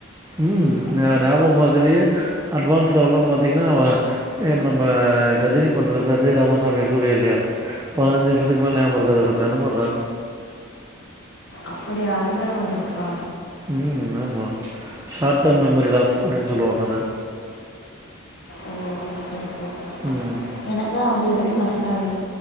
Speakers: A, on the right (about 15°); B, on the left (about 55°).
A: ம் ஞா ஞாபக மறதிலே அட்வான்ஸ் லெவல்லா பாத்தீங்கன்னா ஏ இப்ப நம்ம கஜினி படத்துல சஞ்சய் ராமசாமி சூரியா இல்லையா பதினஞ்சி நிமிசத்துக்கு மேல நியாபகம் இருகாது அவருக்கு அந்த மாரிதா
B: அப்டியா அதுவேற ஒன்னு இருக்கா
A: ம் ஆமா ஷார்ட் டேம் மெமரி லாஸ் அப்டின்னு சொல்லுவாங்க அத
B: ஓ ஓகே ஓகே
A: ம்
B: எனக்லா அப்டி எதுவுமே மறக்காது